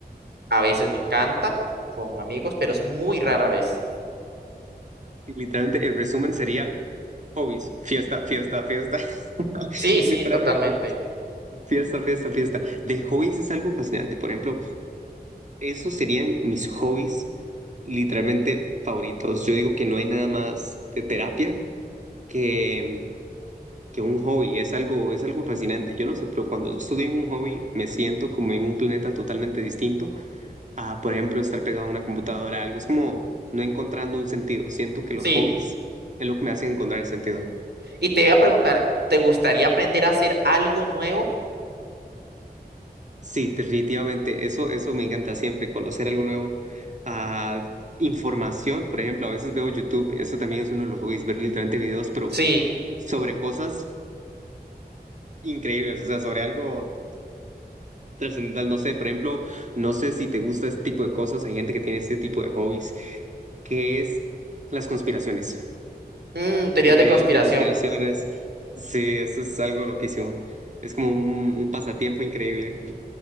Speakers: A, on the right; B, on the right.
A: a veces me encanta con amigos, pero es muy rara vez.
B: Literalmente, el resumen sería hobbies, fiesta, fiesta, fiesta. <laughs>
A: Sí, sí,
B: Literalmente.
A: totalmente.
B: Fiesta, fiesta, fiesta. De hobbies es algo fascinante. Por ejemplo, esos serían mis hobbies literalmente favoritos. Yo digo que no hay nada más de terapia que, que un hobby. Es algo, es algo fascinante. Yo no sé, pero cuando estoy en un hobby me siento como en un planeta totalmente distinto a, por ejemplo, estar pegado a una computadora, algo. Es como no encontrando un sentido. Siento que los
A: Sí.
B: hobbies es lo que me hacen encontrar el sentido.
A: Y te voy a preguntar, ¿te gustaría aprender a hacer algo nuevo?
B: Sí, definitivamente. Eso, eso me encanta siempre, conocer algo nuevo. Ah, información, por ejemplo, a veces veo YouTube, eso también es uno de los hobbies, ver literalmente videos, pero
A: Sí.
B: sobre cosas increíbles, o sea, sobre algo trascendental. No sé, por ejemplo, no sé si te gusta este tipo de cosas, hay gente que tiene este tipo de hobbies, que es las conspiraciones,
A: Mm, teorías
B: los videos
A: de conspiración.
B: de conspiraciones. Sí, eso es algo loquísimo. Es como un, un pasatiempo increíble.